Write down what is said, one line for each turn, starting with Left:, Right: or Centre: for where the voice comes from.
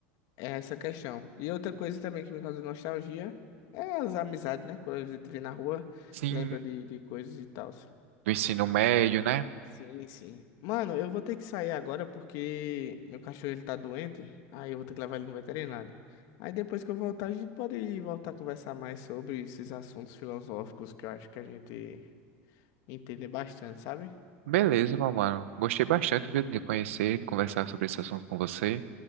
Left: é essa questão. E outra coisa também que me causa nostalgia é as amizades, né? Quando a gente vê na rua,
Right: Sim,
Left: lembra de, de coisas e tal.
Right: do ensino médio, né?
Left: Sim, sim. Mano, eu vou ter que sair agora porque meu cachorro ele tá doente. Aí eu vou ter que levar ele no veterinário. Aí depois que eu voltar, a gente pode voltar a conversar mais sobre esses assuntos filosóficos que eu acho que a gente entender bastante, sabe?
Right: Beleza, meu mano. Gostei bastante viu, de conhecer, de conversar sobre esse assunto com você.